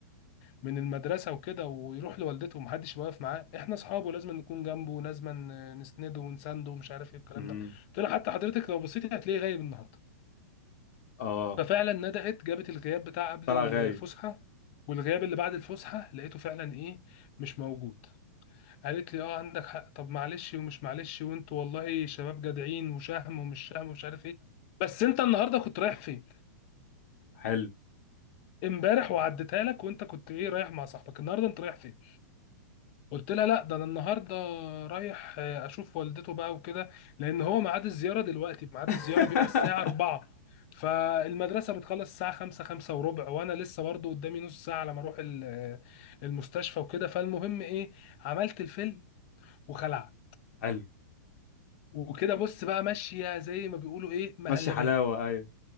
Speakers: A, on the left; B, on the left.
A: من المدرسه وكده ويروح لوالدته ومحدش واقف معاه احنا اصحابه لازم نكون جنبه لازم نسنده ونسانده ومش عارف ايه الكلام
B: امم
A: ده قلت لها حتى حضرتك لو بصيتي هتلاقيه غايب النهارده
B: اه
A: ففعلا ندقت جابت الغياب بتاع قبل
B: طلع
A: الفسحه
B: غايب
A: والغياب اللي بعد الفسحه لقيته فعلا ايه مش موجود قالت لي اه عندك حق طب معلش ومش معلش وانتوا والله شباب جدعين وشهم ومش شهم ومش عارف ايه بس انت النهارده كنت رايح فين
B: <coughs> حلو
A: امبارح وعديتها لك وانت كنت ايه رايح مع صاحبك النهارده انت رايح فين قلت لها لا ده انا النهارده رايح آه، اشوف والدته بقى وكده لان هو ميعاد الزياره دلوقتي ميعاد
B: <laughs>
A: الزياره بيبقى الساعه 4 فالمدرسه بتخلص الساعه 5 5 وربع وانا لسه برضو قدامي نص ساعه على ما اروح ال- آه، المستشفى وكده فالمهم ايه عملت الفيلم وخلعت
B: حلو
A: وكده بص بقى ماشيه زي ما بيقولوا ايه مهلبيه
B: ماشي حلاوه ايوه